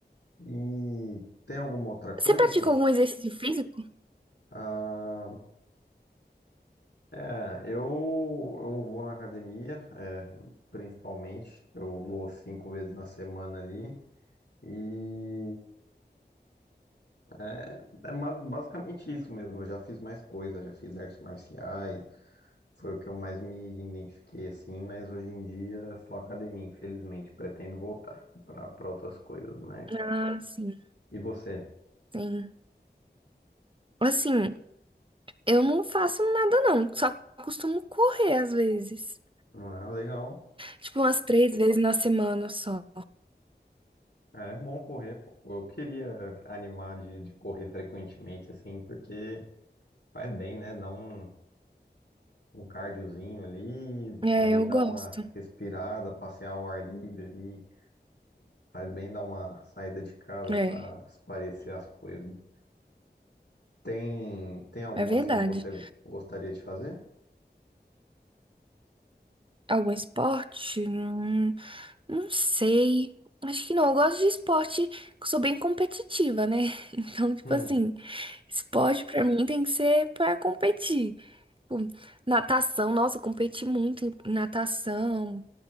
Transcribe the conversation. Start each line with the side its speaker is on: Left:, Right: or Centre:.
Left: E tem alguma outra coisa
Right: Você pratica
Left: que você...
Right: algum exercício físico?
Left: Ah, é, eu, eu vou na academia, é, principalmente. Eu vou cinco vezes na semana ali. E É é ma- basicamente isso mesmo. Eu já fiz mais coisa, já fiz artes marciais, foi o que eu mais me identifiquei assim, mas hoje em dia é só academia, infelizmente. Pretendo voltar para para outras coisas, mas.
Right: Ah, sim,
Left: E você?
Right: sim. Assim, eu não faço nada não, só costumo correr às vezes.
Left: Ah, legal.
Right: Tipo, umas três vezes na semana só.
Left: É é bom correr. pô. Eu queria animar de, de correr frequentemente, assim, porque faz bem, né? Dá um, um cardiozinho ali,
Right: É,
Left: também
Right: eu
Left: dá
Right: gosto.
Left: uma respirada, passear ao ar livre ali. Faz bem dar uma saída de casa
Right: É,
Left: para espairecer as coisas. hein? Tem, tem algum
Right: é verdade.
Left: assim que você gostaria de fazer?
Right: Algum esporte? Não, não sei. Acho que não. Eu gosto de esporte, eu sou bem competitiva, né? <laughs> Então, tipo
Left: Hum,
Right: assim, esporte pra mim tem que ser pra competir. Tipo, natação, nossa, eu competi muito em natação.